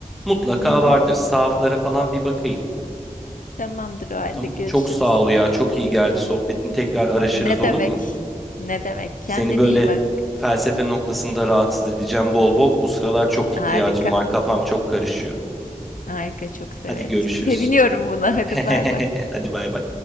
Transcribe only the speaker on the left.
Hı hı.
Tamamdır o halde
görüşürüz.
Ne
demek?
Ne demek? Kendine
iyi bak.
Harika.
Harika çok severim.
Seviniyorum buna. Hadi
bay bay.